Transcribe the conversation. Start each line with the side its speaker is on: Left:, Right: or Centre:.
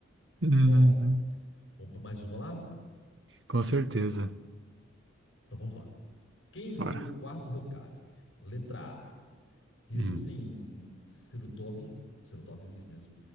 Right: Uhum.
Left: Ó, vamos pra mais uma lá?
Right: Com certeza.
Left: Então vamos lá. Quem foi
Right: Bora.
Left: o quarto Hokage? Letra A, Hiruzen
Right: Hum.
Left: Serutobi, Serutobi, isso mesmo.